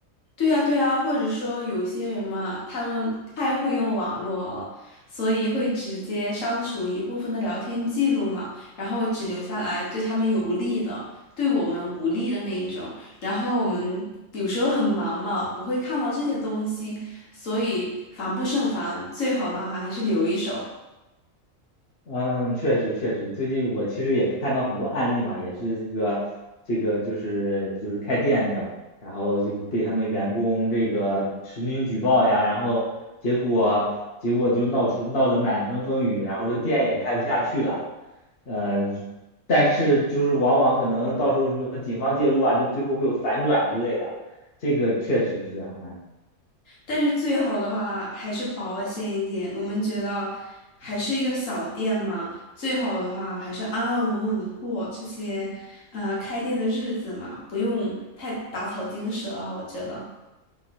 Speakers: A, on the left (about 70°); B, on the left (about 50°).
A: 对呀，对呀，或者说有些人嘛，他们太会用网络了，所以会直接删除一部分的聊天记录嘛，然后只留下来对他们有利的，对我们无利的那一种。然后我们有时候很忙嘛，不会看到这些东西，所以防不胜防，最好的话还是留一手。
B: 嗯，确实确实，最近我其实也看到很多案例嘛，也是一个这个就是就是开店的，然后这个被他们员工这个实名举报呀，然后结果结果就闹出闹得满城风雨，然后这店也开不下去了，呃，但是就是往往可能到时候什么警方介入啊，就最后会有反转之类的，这个确实是啊，哎。
A: 但是最好的话还是保险一点。我们觉得还是一个小店嘛，最好的话还是安安稳稳的过这些呃开店的日子嘛，不用太打草惊蛇了，我觉得。